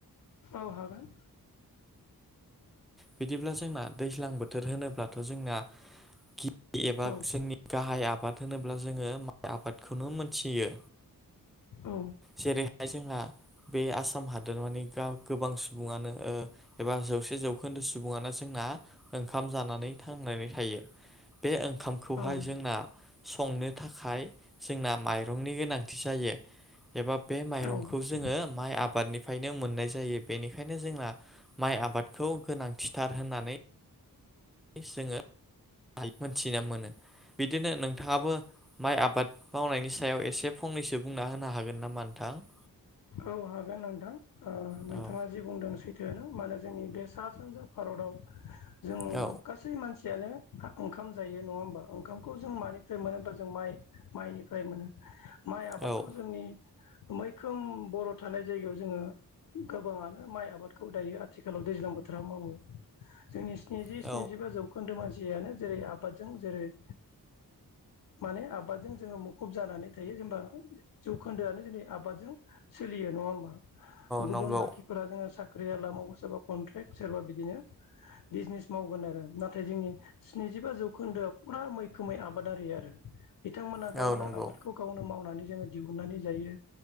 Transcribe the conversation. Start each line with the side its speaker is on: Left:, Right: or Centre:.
Left: औ हागोन।
Centre: बिदिब्ला जोंना दैज्लां बोथोर होनोब्लाथ' जोंना गि एबा
Left: औ
Centre: जोंनि गाहाय आबाद होनोब्ला जोङो माइ आबादखौनो मोन थियो
Left: औ
Centre: जेरैहाय जोंहा। बे आसाम हादोर माने गा गोबां सुबुङानो ओ एबा जौसे जौ। खोन्दो सुबुङा जोंना ओंखाम जानानै थांनानै थायो बे ओ ओंखामखौहाय
Left: औ
Centre: जोंना संनो था खाय जोंना माइरंनि गोनांथि जायो। एबा बे माइरंखौ
Left: औ
Centre: जोङो माइ आबादनि बफायनो मोननाय जायो बेनिखायनो जोंना माइ आबादखौ। गोनांथिथार होननानै जोङो मोनथिना मोनो। बिदिनो नोंथाङाबो माइ आबाद मावनायनि सायाव एसे फंनैसो बुंना होनो हागोन नामा नोंथां। थां।
Left: औ हागोन नोंथां ओ नोंथाङा
Centre: औ
Left: जि बुंदों सै थोआनो माने जोंनि बे सा सानजा भारताव जों
Centre: औ
Left: गासै मानसि। यानो ओंखाम जायो नङा होमबा ओंखामखौ जों मानिफ्राय मोनो होमा जों माइ माइनिफ्राय मोनो। माइ आबादखौ
Centre: औ
Left: जोंनि मैखोम बर' थानाय जायगायाव जोङो। गोबाङानो माइ आबादखौ दायो आथिखालाव दैज्लां बोथोराव मावो जोंनि स्निजि
Centre: औ
Left: सिनिजिब जौखोन्दो मानस सियानो जेरै- आबादजों जेरै- माने आबादजों जोङो मुखुब जानानै थायो। जेनेबा जौखोन्दोआनो जोंनि आबादजों। सोलियो नङा होमबा गुबुन
Centre: नंगौ
Left: बाकिफोरा जोङो सा ख्रिआवला सोरबा कनट्रेक्ट सोरबा बिदिनो बिजनेस मावगोन आरो नाथाय जोंनि स्नि जिबा जौखोन्दो फुरा मैखोमै आबादारि आरो। बिथांमोना
Centre: औ
Left: गावनो
Centre: नंगौ
Left: आबादखौ गावनो मावनानै जोङो दिहुननानै जायो